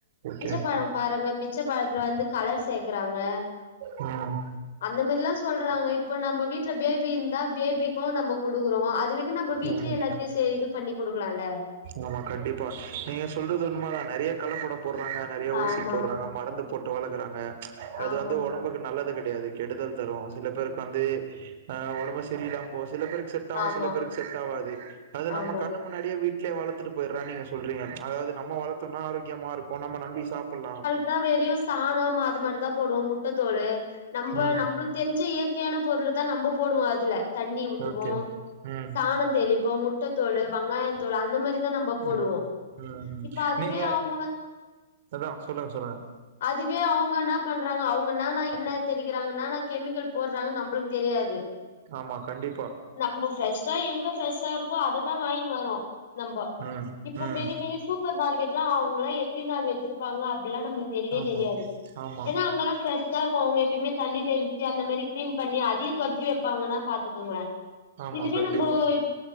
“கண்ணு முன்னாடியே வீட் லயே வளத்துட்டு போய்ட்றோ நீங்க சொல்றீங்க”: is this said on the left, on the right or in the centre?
Right